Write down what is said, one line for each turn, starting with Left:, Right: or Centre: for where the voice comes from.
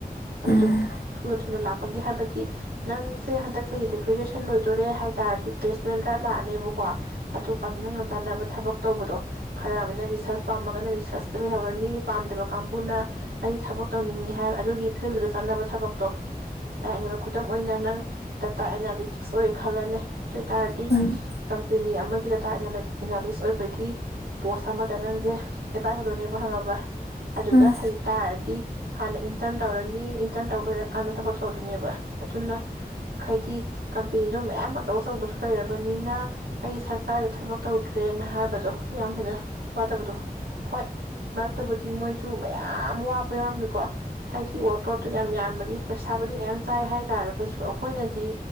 Right: ꯑꯗꯨꯗꯣ
Left: ꯎꯝ
Right: ꯊꯨꯅ ꯊꯨꯅ ꯂꯥꯛꯄ ꯑꫭꯏꯅꯤ ꯍꯥꯏꯕꯗꯤ ꯅꯪꯁꯦ ꯍꯟꯗꯛ ꯆꯍꯤꯗ ꯒ꯭ꯔꯦꯖꯁ ꯂꯣꯏꯗꯣꯔꯦ ꯍꯥꯏ ꯇꯥꯔꯗꯤ ꯄ꯭ꯂꯦꯁꯃꯦꯟ ꯗ꯭ꯔꯥꯏꯞ ꯂꯥꯛꯑꯅꯦꯕꯀꯣ ꯑꯗꯨ ꯀꯥꯟꯗ ꯅꯪꯅ ꯆꯥꯟꯅꯕ ꯊꯕꯛ ꯇꯧꯕꯗꯣ ꯈꯔ ꯑꯃꯅ ꯔꯤꯁꯔꯁ ꯄꯥꯝꯃꯒꯅ ꯔꯤꯁꯔꯁꯇ ꯂꯩꯍꯧꯔꯅꯤ, ꯄꯥꯝꯗꯕ ꯀꯥꯡꯕꯨꯅ ꯑꯩ ꯊꯕꯛ ꯇꯧꯅꯤꯡꯏ ꯍꯥꯏꯔꯒ ꯑꯗꯨꯒꯤ ꯐꯤꯜꯗꯨꯗ ꯆꯅꯕ ꯊꯕꯛꯇꯣ ꯇꯥꯛꯅꯦꯕ ꯈꯨꯗꯝ ꯑꯣꯏꯅ ꯅꯪ ꯇꯇꯥ ꯑꯅꯥꯂꯤ ꯊꯤꯛꯁ ꯑꯣꯏ ꯈꯜꯜ ꯂꯩ꯫ ꯗꯨꯏꯇꯥꯔꯗꯤ
Left: ꯎꯝ
Right: ꯀꯝꯄꯤ ꯑꯅꯤ ꯑꯃꯒꯤ ꯗꯇꯥ ꯑꯦꯅꯥꯂꯤꯁ ꯑꯣꯏꯕꯒꯤ ꯄꯣꯁ ꯑꯃꯗ ꯅꯪꯁꯦ ꯑꯦꯄ꯭ꯂꯥꯏ ꯇꯧꯗꯣꯏꯅꯦꯕ ꯈꯪꯉꯕ꯭ꯔꯥ ꯑꯗꯨꯗ
Left: ꯎꯝ ꯎꯝ
Right: ꯍꯩꯇꯥꯥꯔꯗꯤ ꯍꯥꯟꯅ ꯏꯟꯇꯔꯟ ꯇꯧꯔꯅꯤ, ꯏꯟꯇꯔꯟ ꯇꯧꯕ ꯂꯣꯏꯔꯀꯥꯟꯗ ꯊꯕꯛ ꯇꯧꯗꯣꯏꯅꯦꯕ ꯑꯗꯨꯅ ꯈꯥꯏꯗꯤ ꯀꯝꯄꯦꯅꯤꯗꯣ ꯃꯌꯥꯝ ꯑꯆꯧ ꯑꯆꯧꯕꯁꯨ ꯂꯩꯔꯕꯅꯤꯅ ꯑꯩ ꯁꯔꯀꯥꯔꯒꯤꯦ ꯊꯕꯛ ꯇꯧꯗ꯭ꯔꯦꯅ ꯍꯥꯏꯕꯗꯣ, ꯌꯥꯝ ꯍꯦꯟꯅ ꯋꯥꯗꯕꯗꯣ ꯍꯣꯏ ꯃꯔꯛꯇꯕꯨꯗꯤ ꯃꯣꯏ ꯁꯨ ꯃꯌꯥꯝ ꯋꯥꯕ ꯌꯥꯎꯔꯝꯃꯤꯀꯣ, ꯍꯥꯏꯗꯤ ꯋꯔꯥꯛ ꯂꯣꯠꯇꯣ ꯌꯥꯝ ꯌꯥꯝꯕꯒꯤ ꯄꯩꯁꯥꯕꯨꯗꯤ ꯃꯌꯥꯝ ꯆꯥꯏ ꯍꯥꯏ ꯇꯥꯔꯒꯁꯨ ꯑꯩꯈꯣꯏꯅꯗꯤ